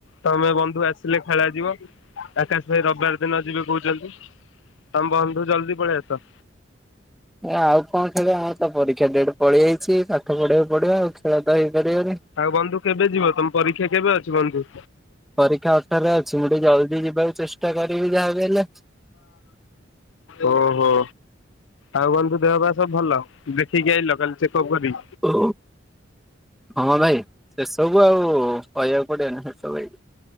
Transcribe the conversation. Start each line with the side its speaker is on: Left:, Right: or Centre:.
Left: ତମେ ବନ୍ଧୁ ଆସିଲେ ଖେଳାଯିବ ଆକାଶ ଭାଇ ରବିବାରେ ଦିନ ଯିବେ କହୁଚନ୍ତି। ତମେ ବନ୍ଧୁ ଜଲ୍ଦି ପଳେଇ ଆସ।
Centre: ଏ ଆଉ କଣ ଖେଳିବା ଆମର ତ ପରୀକ୍ଷା ଡେଟ୍ ପଳେଇ ଆଇଚି ପାଠ ପଢିବାକୁ ପଡିବ ଆଉ ଖେଳ ତ ହେଇପାରିବନି।
Left: ଆଉ ବନ୍ଧୁ କେବେ ଯିବ ତମ ପରୀକ୍ଷା କେବେ ଅଛି ବନ୍ଧୁ?
Centre: ପରୀକ୍ଷା ଅଠରରେ ଅଛି। ମୁଁ ଟିକେ ଜଲ୍ଦି ଯିବାକୁ ଚେଷ୍ଟା କରିବି ଯାହାବି ହେଲେ।
Left: ଓ ହୋ। ଆଉ ବନ୍ଧୁ ଦେହ ପା ସବୁ ଭଲ। ଦେଖିକି ଆଇଲ କାଲି ଚେକଅପ୍ କରି?
Centre: ଓ ହଁ ଭାଇ ସେସବୁ ଆଉ କହିବାକୁ ପଡ଼ିବନି। ସେସବୁ ହେଇଚି।